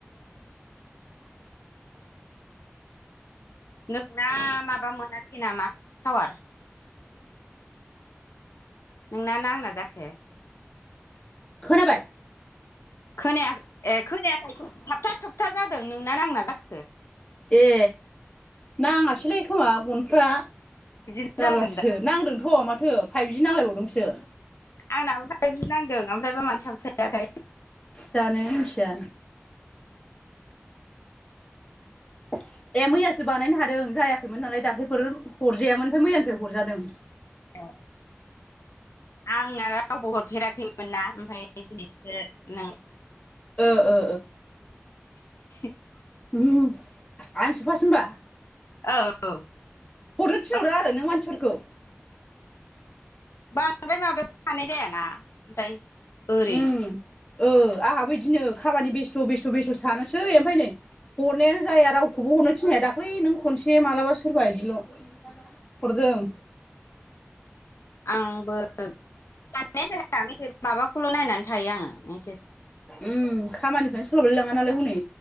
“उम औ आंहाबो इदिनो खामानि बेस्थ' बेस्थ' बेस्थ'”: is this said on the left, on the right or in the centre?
Left